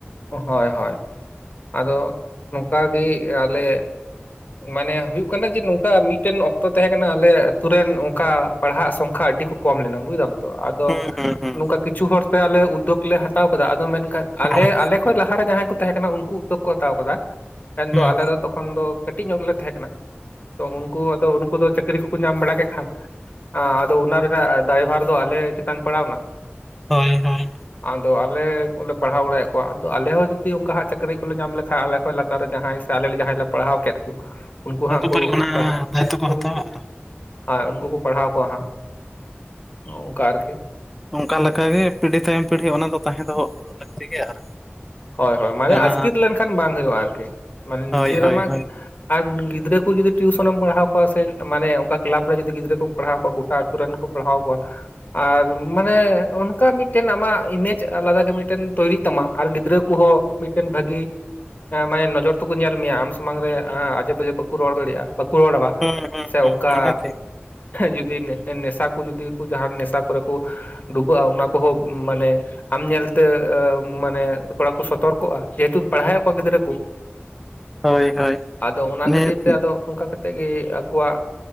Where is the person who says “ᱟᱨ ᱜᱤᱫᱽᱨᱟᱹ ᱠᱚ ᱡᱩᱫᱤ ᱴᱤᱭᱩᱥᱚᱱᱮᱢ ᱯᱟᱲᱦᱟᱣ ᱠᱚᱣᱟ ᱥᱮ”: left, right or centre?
Left